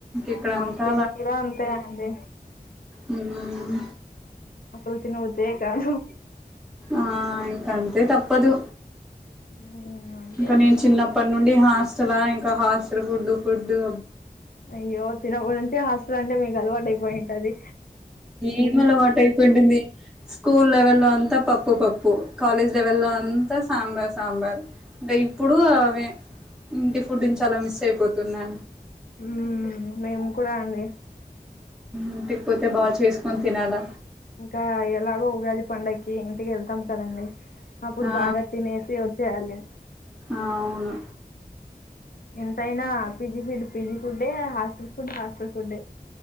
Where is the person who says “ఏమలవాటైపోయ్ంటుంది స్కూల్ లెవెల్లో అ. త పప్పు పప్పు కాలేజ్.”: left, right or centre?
Centre